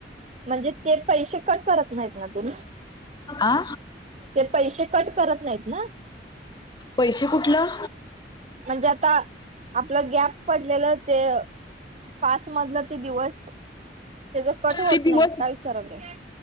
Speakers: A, on the right (about 40°); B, on the left (about 25°).
A: म्हणजे ते पैसे कट करत नाहीत ना तुम्ही
B: आ
A: ते पैसे. कट करत नाहीत ना.
B: पैसे कुठलं.
A: म्हणजे आता आपलं गॅप पडलेलं ते. पाच मधलं ते दिवस त्याचा कट होत
B: ते
A: नाहीत
B: दिवस
A: काय विचारायलोय.